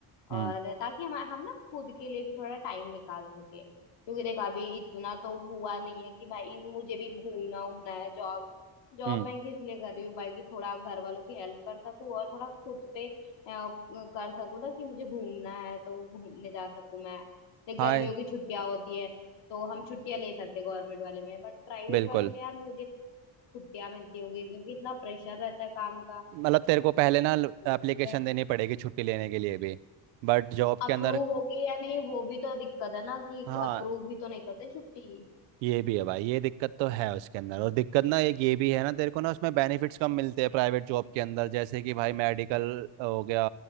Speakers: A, on the right; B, on the left.
A: हम्म
B: और ताकि हम हम ना खुद के लिए भी थोड़ा टाइम निकाल सके क्योंकि देख अभी इतना तो हुआ नहीं है कि भाई मुझे भी घूमना उमना है जॉब जॉब
A: हम्म
B: मैं किस लिए कर रही हूँ भाई कि थोड़ा घर वालों की हेल्प कर सकूँ और थोड़ा खुद पे अ, कर सकूँ ना कि मुझे घूमना है तो घूमने जा सकूँ मैं देख
A: हाय
B: गर्मियों की छुट्टियां होती है तो हम छुट्टियां ले सकते गवर्नमेंट वाले में बट प्राइवेट
A: बिल्कुल
B: वाले में यार मुझे छुट्टियां मिलती होंगी क्योंकि इतना प्रेशर रहता है काम का
A: मतलब तेरे को पहले ना
B: वो
A: एप्लीकेशन
B: भी तो है
A: देनी पड़ेगी छुट्टी लेने के लिए भी बट जॉब के
B: अप्रूव
A: अंदर
B: होगी या नहीं वो भी तो दिक्कत है ना कि
A: हाँ
B: अप्रूव भी तो नहीं करते छुट्टी
A: ये भी है भाई ये दिक्कत तो है उसके अंदर और दिक्कत ना एक ये भी है ना तेरे को ना उसमें बेनिफिट्स कम मिलते हैं प्राइवेट जॉब के अंदर जैसे कि भाई मेडिकल हो गया